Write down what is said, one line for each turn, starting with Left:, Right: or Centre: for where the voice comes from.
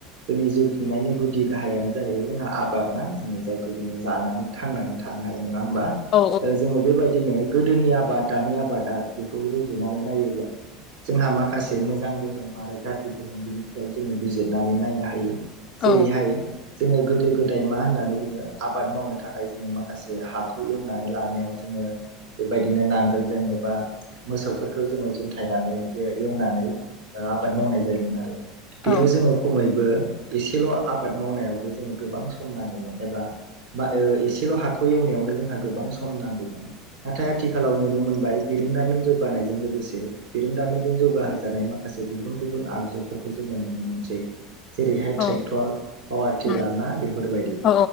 Right: जोंनि जिउ खुंनायनि गुदि गाहायानो जाहैबाय जोंहा आबाद ना जोङो जायखौ जोङो जानानै थांनानै था नो हायो नङा होमबा
Left: औ
Right: ओ जोङो बेबायदिनो गोदोनि आबाद दानि आब बादा बेखौ रुजुनानै नायोब्ला जोंहा माखासे मोजां गोहोम आरो गाज्रि गोहोम बिनि सायाव जोङो बिजिरनानै नायनो हायो।
Left: औ
Right: जेरैहाय जोङो गोदो गोदाय मा होननानै बुङो आबाद मावनो थाखाय जोङो माखासे हाखौ एवनानै लानायाव जोङो बेबायदिनो नांगोल जनि बा मोसौफोरखौ जोङो जन्थायनानै ए-एवनानै ओ आबाद मावनाय जायोमोन आरो। बेयाव
Left: औ
Right: जोङो खमैबो एसेल' आबाद मावनायावबो जों गोबां सम नांगौमोन। एबा बा ओ एसे सेल' हाखौ एवनायावनो जोंहा गोबां सम नांगौमोन नाथाय आथिखालाव नुनो मोनबाय बिरोंदामिन जौगानायजों लोगोसे बिरोंदामिनजों जौगाहोजानाय माखासे गुबुन गुबुन आगजुफोरखौ जों नुनो मोनसै। जेरैहाय
Left: औ
Right: ट्रेक्टर पावार टिलार
Left: उम
Right: ना बेफोरबायदि
Left: औ